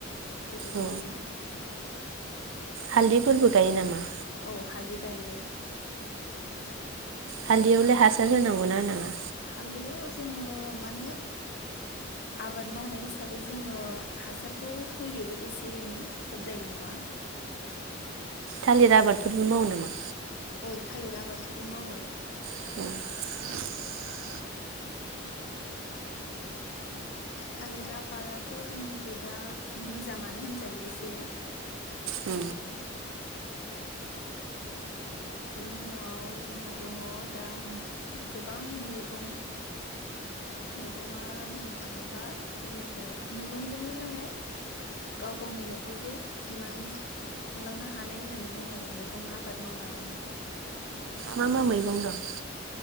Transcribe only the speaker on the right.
औ हालदैफोरबो गायो नामा
हालदैयावलाय
हासार होनांगौना
होनाङा
थालिर आबादफोरबो मावो नामा
<inaudible>
औ
मा मा मैगं दं